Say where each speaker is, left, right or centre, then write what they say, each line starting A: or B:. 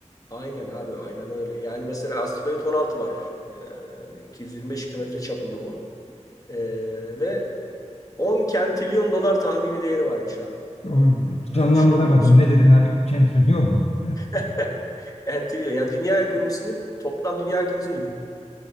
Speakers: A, on the left (about 30°); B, on the left (about 55°).
A: Aynen abi aynen öyle. Yani mesela asteroid 16 var. E, 225 kilometre çapında bu. E, ve 10 kentilyon dolar tahmini değeri varmış abi.
B: O, canlandıramadım.
A: Abi düşünebiliyor musun?
B: Ne dedin abi? Kentrilyon mu? <laughs>
A: <laughs> Kentilyon. Yani dünya ekonomisinin toplam dünya ekonomisinin